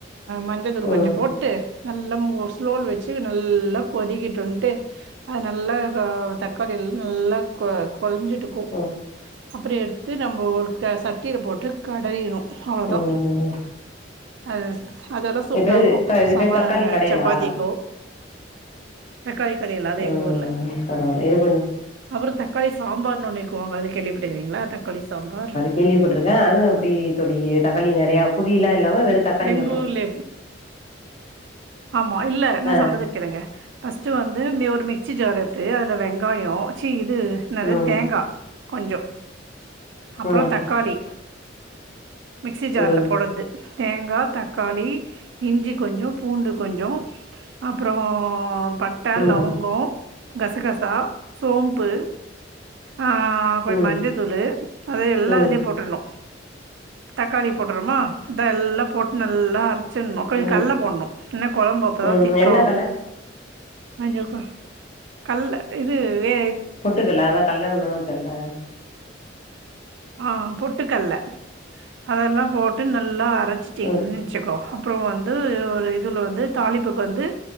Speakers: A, on the right; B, on the left.
A: மஞ்சத்தூள்
B: ம்
A: கொஞ்சோ போட்டு நல்லா மோ ஸ்லோல வச்சி நல்லா கொதிக்கட்டுன்ட்டு அ நல்ல கா தக்காளி எல் நல்லா கொ கொழஞ்சிட்டுக்கு
B: ம்
A: அப்புறோ எடுத்து நம்போ ஒரு க சட்டியில போட்டு கடயெனு அவ்ளோதா
B: ம்
A: அ அதெல்லா சூப்பரா
B: இது பேரு
A: இக்கு
B: இது
A: சம
B: பேரு தக்காளி கடையலா
A: சப்பாத்திக்கோ தக்காளி கடையெல் அது
B: ம்
A: எங்க ஊர்ல
B: பரவால்ல இது கொஞ்ச
A: அவர் தக்காளி சாம்பார்ன்னு ஒன்னுக்குவாங்க அது கேள்விபட்டுக்கிறீங்களா தக்காளி சாம்பார்
B: கேள்விப்பட்ருக்கே அதுவு எப்பிடி தோழி தக்காளி நெறையா புளில்லா இல்லாம வெறு தக்காளி
A: எங்கூர்லேப்
B: மட்டு
A: ஆமா இல்ல நா
B: ஆ
A: சொல்றது கேளுங்க ஃபஸ்ட்டு வந்து மே ஒரு மிக்சி ஜார் எத்து அதல வெங்காயோ சி இது இன்னாது
B: ம்
A: தேங்கா கொஞ்சோ அப்புறோ
B: ம்
A: தக்காளி மிக்சி ஜார்ல
B: ம்
A: போடத்து தேங்கா தக்காளி இஞ்சி கொஞ்சோ பூண்டு கொஞ்சோ அப்புறோ பட் ட்ட
B: ம்
A: லவுங்கோ
B: ம்
A: கசகசா சோம்ப்பு ஆ அ கொய்
B: ம்
A: மஞ்சதூள் அது எல்லா
B: ம்
A: இதிலியே போட்ருனு தக்காளி போட்றமா இத எல்லா போட்டு நல்லா அரைச்சினு கொஞ்
B: ம்
A: கல்ல போணு இன்ன கொழம்பு அப்பதா
B: ம்
A: திக்கா
B: என்ன
A: ஆகு
B: கல்ல
A: அஞ்சக்கு கல்ல இது வே
B: பொட்டுக்கல்ல அத கல்ல ஒன்னுன் தெர்ல
A: ஆ பொட்டுக்கல்ல அதெல்லா போட்டு நல்லா அரச்சிட்டிங்கின்
B: ம்
A: ச்சிக்கோ அப்புறோ வந்து ஒரு இதுல வந்து தாலிப்புக்கு வந்து